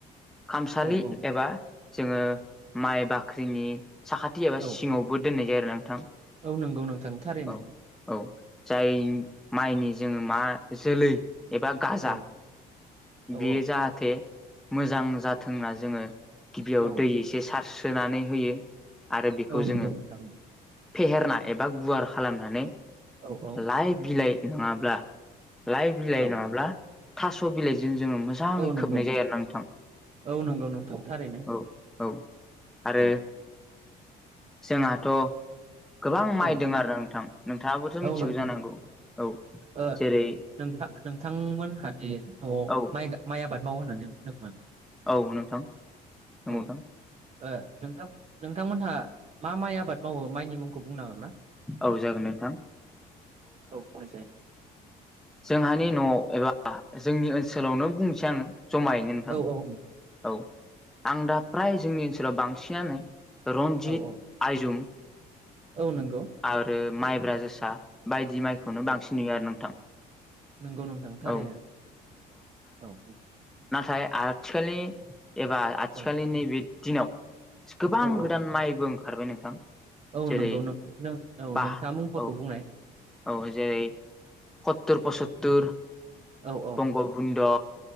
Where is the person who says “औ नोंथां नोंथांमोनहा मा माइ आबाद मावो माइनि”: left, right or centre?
Right